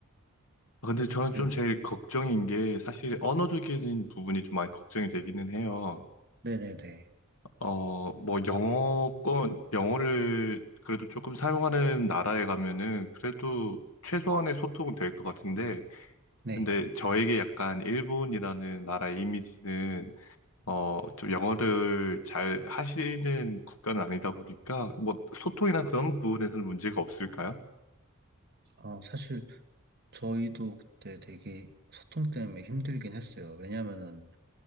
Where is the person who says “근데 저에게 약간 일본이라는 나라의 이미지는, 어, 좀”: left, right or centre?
Left